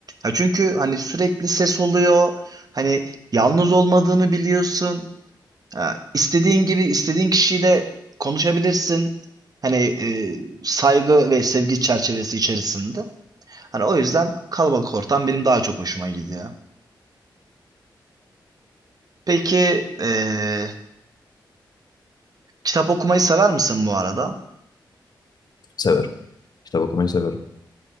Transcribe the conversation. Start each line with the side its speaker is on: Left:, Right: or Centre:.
Right: Ya çünkü hani sürekli ses oluyor. Hani yalnız olmadığını biliyorsun. Ya istediğin gibi istediğin kişiyle konuşabilirsin. Hani e, saygı ve sevgi çerçevesi içerisinde. Hani o yüzden kalabalık ortam benim daha çok hoşuma gidiyor. Peki e, kitap okumayı sever misin bu arada?
Left: Severim. Kitap okumayı severim.